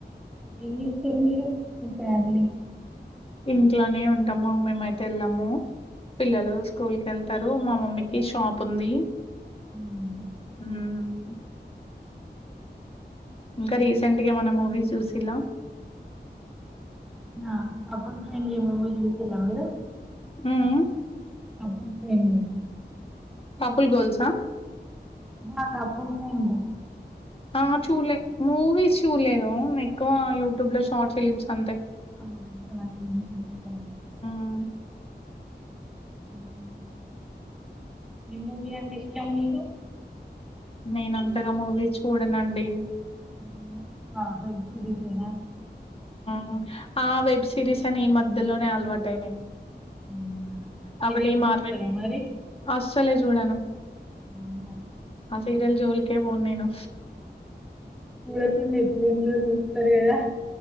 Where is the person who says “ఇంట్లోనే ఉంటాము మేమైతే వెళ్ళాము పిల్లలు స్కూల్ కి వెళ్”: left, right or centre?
Left